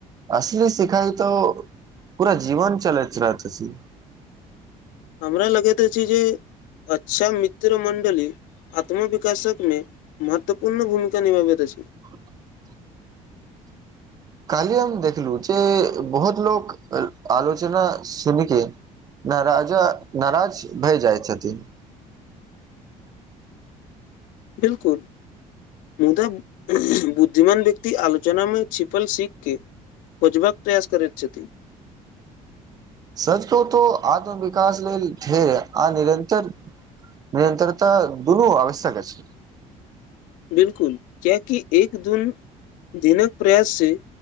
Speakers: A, on the right; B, on the left.
A: असली सिखाइ तऽ पूरा जीवन चलैत रहत छी
B: हमरा लगैत अछि जे अच्छा मित्र मण्डली आत्म विकासक मे महत्वपूर्ण भूमिका निभाबैत अछि
A: <inaudible> काली हम देखलु जे बहुत लोक आलोचना सुनिके न राजा नाराज भए जाइ छथिन
B: बिल्कुल मुदा बुद्धिमान व्यक्ति आलोचनामे छिपल सिखके खोजबाक प्रयास करैत छथि
A: सच कहूं त आत्म विकास लेल आ निरन्तर निरंतरता दुनू आवश्यक अछि।
B: बिल्कुल क्य कि एक दून धिनक प्रयास से